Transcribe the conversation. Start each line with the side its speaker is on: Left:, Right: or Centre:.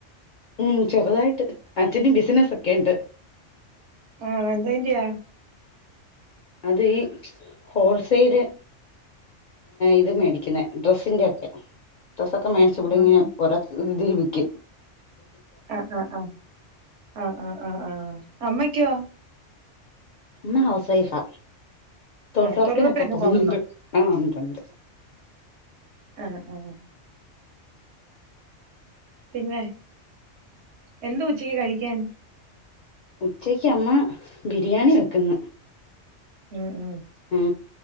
Left: ഉം ചെറുതായിട്ട്. അച്ഛന് ബിസിനസ്സക്കെയിണ്ട്.
Right: ആണോ? എന്തേന്റയാ?
Left: അത് ഈ ഹോൾസെയില്. ഇത് മേടിക്കുന്ന. ഡ്രസ്സിന്റെ ഒക്കെ. ഡ്രസ്സൊക്കെ മേടിച്ച് ഇവിഡിങ്ങ്
Right: ആഹ്
Left: ഓരോ ഇതില് വിക്കും.
Right: ആഹ് ആഹ് ആഹ് ആഹ ആഹ് ആഹ് ആഹ് അമ്മക്കോ?
Left: അമ്മ ഹൗസ് വൈഫാ. തൊഴിലൊറപ്പിനൊക്കെ
Right: ആഹ് തൊഴിലുറപ്പിനൊക്കെ
Left: പോന്നുണ്ട്.
Right: പോന്നുണ്ടോ
Left: ആ ഉണ്ട്‌ ഉണ്ട്.
Right: ആഹ് ആഹ് പിന്നെ? എന്താ ഉച്ചയ്ക്ക് കഴിക്കാൻ?
Left: ഉച്ചക്ക് അമ്മ ബിരിയാണി വെക്കുന്നു.
Right: ഉം ഉം.
Left: ഉം